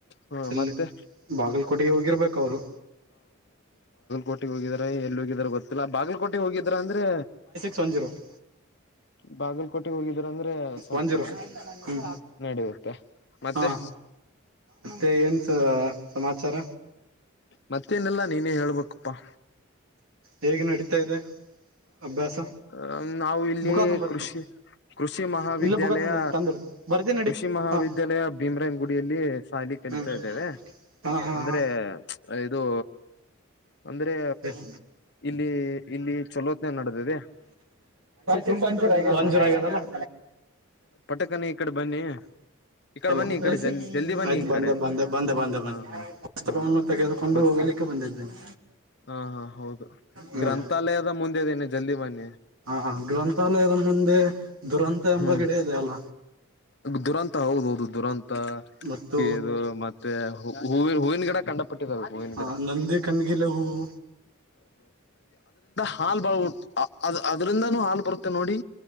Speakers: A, on the left (about 55°); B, on the right (about 90°).
A: ಹ
B: ಎಲ್ಲಿ
A: ಮತ್ತೆ
B: ಬಾಗಲಕೋಟೆಗೆ ಹೋಗಿರ್ಬೇಕ ಅವರು
A: ಕೋಟಿಗೆ ಹೋಗಿದ್ರ ಎಲ್ಲಿ ಹೋಗಿದಾರ ಗೊತ್ತಿಲ್ಲ ಬಾಗಲಕೋಟೆೆಗೆ ಹೋಗಿದ್ರಾ ಅಂದ್ರೆ
B: ಸಂೊಜ್ರ <inaudible>
A: ಬಾಗಲ್ಕೋಟೆಗೆ ಹೋಗಿದ್ರಂದ್ರೆ ಸ್ವಲ್ಪ
B: ಒನ್ ಜೀರೋ ಹ್ಞೂ
A: ನಡೆಯತ್ತೆ ಮತ್ತೆ
B: ಹಾಂ ಮತ್ತೆ ಏನ್ಸ ಸಮಾಚಾರ
A: ಮತ್ತೇನೆಲ್ಲಾ ನೀನೇ ಹೇಳ್ಬೇಕಪ್ಪ
B: ಹೇಗೆ ನಡೀತಾ ಇದೆ ಅಭ್ಯಾಸ
A: ಅ ನಾವು ಇಲ್ಲಿ
B: ಬುಕ್ಕ ತೊಂಬರ್ತೀನಿ
A: ಕೃಷಿ ಕೃಷಿ ಮಹಾವಿದ್ಯಾಲಯ
B: ಇಲ್ಲ ಬುಕ್ಕ ತಂದೀನಿ ತಂದಿಡ್ತೀನಿ ಬರ್ತೀನಿ ನಡಿ
A: ಕೃಷಿ ಮಹಾವಿದ್ಯಾಲಯ
B: ಹಾಂ
A: ಭೀಮ್ರಾಯನ್ ಗುಡಿಯಲ್ಲಿ ಸಾಲಿ ಕಲಿತಾ
B: ಹ್ಞೂ
A: ಇದ್ದೇವೆ
B: ಹಾ ಹಾ
A: ಅಂದ್ರೆ
B: ಹಾ
A: ಚ್ ಇದು ಅಂದ್ರೆ
B: ಟ್ <unintelligible> ಯ್
A: ಇಲ್ಲಿ ಇಲ್ಲಿ ಚಲೋತ್ನೆ ನಡೆದಿದೆ
B: ತುಂಬಾಂೂಂಜೂರ
A: ಹಾ ಹಾ
B: ಆಗದಲ್ಲ <unintelligible>
A: ಪಟಕನ ಈ ಕಡೆ ಬನ್ನಿ ಈ ಕಡೆ
B: ಲೋ
A: ಬನ್ನಿ ಈ ಕಡೆ ಜಲ್ ಜಲ್ದಿ ಬನ್ನಿ
B: ಆಯ್ತು
A: ಈ
B: ಬಂದ
A: ಕಡೆ
B: ಬಂದ ಬಂದ ಬಂದ ಬಂದ
A: ಹಾ ಹಾ
B: ಪುಸ್ತಕವನ್ನು
A: ಹಾ
B: ತೆಗೆದುಕೊಂಡು
A: ಮತ್ತೆ
B: ಹೋಗಲಿಕ್ಕೆ ಬಂದಿದ್ದೇನೆ
A: ಹಾ ಹಾ ಹೌದು
B: ಹ್ಮ್
A: ಗ್ರಂಥಾಲಯದ ಮುಂದೆ ಇದೇನೆ ಜಲ್ದಿ ಬನ್ನಿ
B: ಹಾ ಗ್ರಂಥಾಲಯದ ಮುಂದೆ ದುರಂತ ಎಂಬ
A: ಹ್ಮ್
B: ಗಿಡ ಇದೆ ಅಲ್ಲ
A: ದುರಂತ ಹೌದ ಹೌದು ದುರಂತ
B: ಮತ್ತು
A: ಕದು ಮತ್ತೆ ಹೂವ ಹೂವಿನ ಗಿಡ ಕಂಡ ಹ
B: ಆ ನಂದಿ ಕಣ್ಗಿಲೆ ಹೂವು
A: ಹಾಲ್ ಬ ಉ ಅದ್ರಿಂದಾನೂ ಹಾಲ್ ಬರುತ್ತೆ ನೋಡಿ